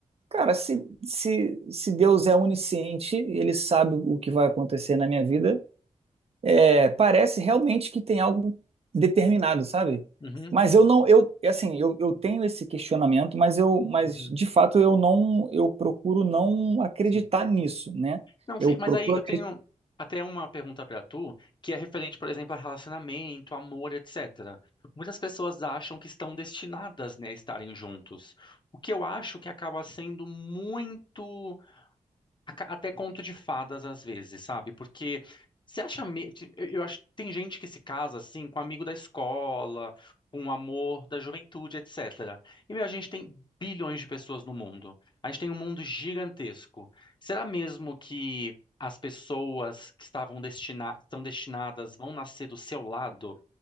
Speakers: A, on the right (about 50°); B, on the left (about 35°).
A: cara, se, se, se Deus é onisciente, ele sabe o que vai acontecer na minha vida, é, parece realmente que tem algo determinado, sabe?
B: uhum,
A: Mas eu não, eu, assim, eu, eu tenho esse questionamento, mas eu, mas
B: uhum,
A: de fato eu não, eu procuro
B: uhum,
A: não acreditar
B: sim.
A: nisso, né?
B: Não, sim,
A: Eu procuro
B: mas aí eu
A: acreditar.
B: tenho até uma pergunta para tu, que é referente, por exemplo, a relacionamento, amor, etc. Muitas pessoas acham que estão destinadas, né, a estarem juntos. O que eu acho que acaba sendo muito aca- até conto de fadas às vezes, sabe? Porque você acha, me- eu eu acho, tem gente que se casa assim com amigo da escola, com o amor da juventude, etc. E meu, a gente tem bilhões de pessoas no mundo. A gente tem um mundo gigantesco. Será mesmo que as pessoas que estavam destina- estão destinadas vão nascer do seu lado?